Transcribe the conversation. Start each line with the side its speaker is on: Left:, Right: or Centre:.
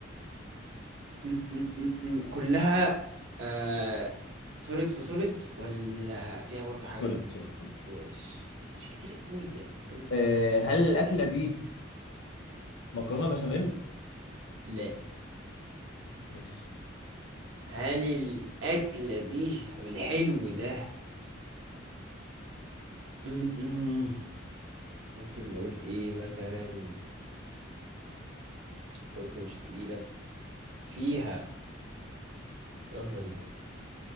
Right: أم، أم، أم، أم، كلها آه سوليد في سوليد ولا فيها برضه حاجات
Left: سوليد سوليد كله
Right: ماشي مش كتير قوي يعني ممكن نطور
Left: أه، هل الاكله دي مكرونه بشاميل
Right: لا
Left: ماشي
Right: هل الأكلة دي والحلو ده م-م. ممكن نقول إيه مثلا أنت قلت مش تقيلة فيها سؤال غبي برضه